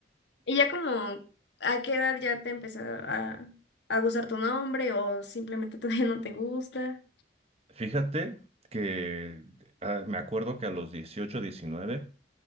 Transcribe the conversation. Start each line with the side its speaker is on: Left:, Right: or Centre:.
Left: Y ya como, ¿a qué edad ya te empezó a, a gustar tu nombre o simplemente <laughs> todavía no te gusta?
Right: Fíjate que ah, me acuerdo que a los 18, 19